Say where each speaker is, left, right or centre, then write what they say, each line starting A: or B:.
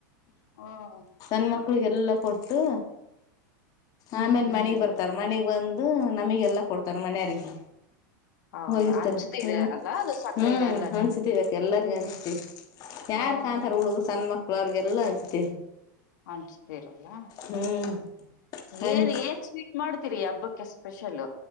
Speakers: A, on the left; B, on the left.
A: ಹ್ಮ್.
B: ಸಣ್ಣ ಮಕ್ಳಿಗೆಲ್ಲ ಕೊಟ್ಟು.
A: ಹ್ಮ್
B: ಆಮೇಲೆ
A: ಹ್ಮ್ ಹ್ಮ್
B: ಮನೆಗ್ ಬರ್ತಾರ ಮನೆಗ್ ಬಂದು ನಮಗೆ ಎಲ್ಲ ಕೊಡ್ತಾರ ಮನೆಯಿಗೆ.
A: ಹೌದ
B: ಹೋಗಿರ್ತಾರ
A: ಹಂಚ್ತೀರ
B: ಹ್ಮ್
A: ಅಲ್ಲ ಅದು ಸಕ್ಕರೆನ
B: ಹ್ಮ್
A: ಎಲ್ಲರಿಗೂ
B: ಅನ್ಸತಿವೆ. ಎಲ್ಲರಿಗೆ ಅನ್ಸತಿವಿ ಯಾರು
A: ಹ್ಮ
B: ಕಾಂತಾರೆ ಹುಡುಗ ಸಣ್ಣ ಮಕ್ಳು ಅವ್ರಿಗೆರಿಗೆಲ್ಲ ಅನ್ಸತಿವಿ.
A: ಅಂಚಿಸತರಲ್ಲ
B: ಹ್ಮ್ ಹಂಚ್
A: ಏನ್ ಏನ್ ಸ್ವೀಟ್. ಮಾಡ್ತೀರಿ ಹಬ್ಬಕ್ಕೆ ಸ್ಪೆಷಲ್.